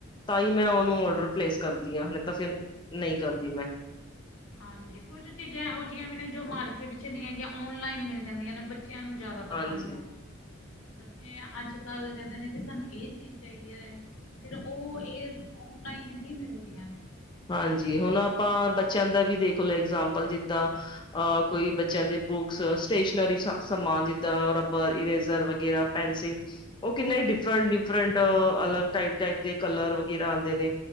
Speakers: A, on the left; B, on the left.
A: ਤਾਂ ਈ ਮੈ ਉਨੂੰ ਔਡਰ ਪਲੇਸ ਕਰਦੀ ਆ ਨੀ ਤਾਂ ਫੇਰ ਨਈ ਕਰਦੀ ਮੈਂ।
B: ਹਾਂਜੀ ਕੁਝ ਚੀਜ਼ਾਂ ਐਹੋ ਜੀ ਆ ਵੀ ਨੇ ਜੋ ਮਾਰਕੀਟ 'ਚ ਨੀ ਹੈਗੀਆਂ ਔਨਲਾਈਨ ਮਿਲ ਜਾਂਦੀਆਂ ਨੇ ਬੱ ਚਿਆਂ ਨੂੰ ਜਿਆਦਾ ਪਤਾ
A: ਹਾਂਜੀ
B: ਹੁੰਦਾ ਐ, ਬੱਚੇ ਅੱਜ-ਕੱਲ ਕੈਂਦੇ ਨੇ ਕਿ ਸਾਨੂੰ ਏ ਚੀਜ਼ ਚਾਈਦੀ ਐ ਫਿਰ ਓ ਏ ਓਨਲਾਈਨ ਹੀ ਮਿਲਦੀਆਂ ਨੇ।
A: ਹਾਂਜੀ ਹੁਣ ਆਪਾਂ ਬੱਚਿਆਂ ਦਾ ਵੀ ਦੇਖ ਲੋ ਐਗਜ਼ਾਮਪਲ ਜਿੱਦਾਂ ਅ ਕੋਈ ਬੱਚਿਆਂ ਦੇ ਬੁੱਕਸ ਸਟੇਸ਼ਨਰੀ ਸ ਸਮਾਨ ਜਿੱਦਾਂ ਰਬਰ-ਇਰੇਜ਼ਰ ਵਗੈਰਾ ਪੈਨਸਿਲ ਓ ਕਿੰਨੇ ਡਿਫਰੈਂਟ-ਡਿਫਰੈਂਟ ਅਲੱਗ ਟਾਈਪ-ਟਾਈਪ ਦੇ ਕਲਰ ਵਗੈਰਾ ਆਂਦੇ ਨੇ